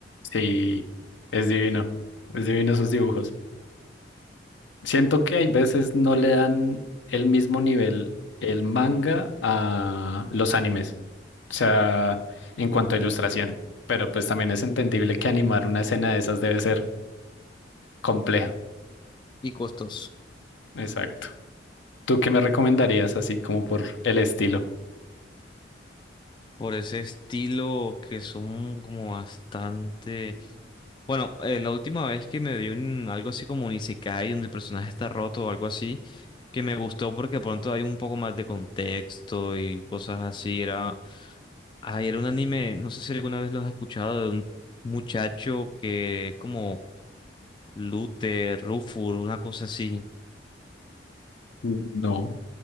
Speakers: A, on the left; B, on the left.
A: sí, es divino. Es divino esos dibujos. Siento que hay veces no le dan el mismo nivel el manga a los animes. O sea, en cuanto a ilustración. Pero pues también es entendible que animar una escena de esas debe ser compleja.
B: Y costos.
A: Exacto. ¿Tú qué me recomendarías así como por el estilo?
B: Por ese estilo que son como bastante... Bueno, eh, la última vez que me vi un, algo así como un isekai donde el personaje está roto o algo así, que me gustó porque de pronto hay un poco más de contexto y cosas así, era... Ay, era un anime, no sé si alguna vez lo has escuchado, de un muchacho que es como Luther, Rufur, una cosa así.
A: No,